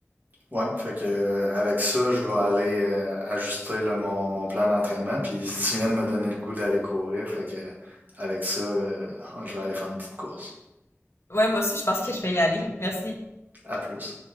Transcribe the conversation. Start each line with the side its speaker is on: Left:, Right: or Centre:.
Right: Ouais, fait que euh, avec ça, je vais aller euh, ajuster là, mon, mon plan d'entraînement. Puis <laughs> tu viens de me donner le goût d'aller courir, fait que euh, avec ça, euh, je vais aller faire une petite course.
Left: Ouais, moi aussi, je pense que je vais y aller. Merci.
Right: À plus.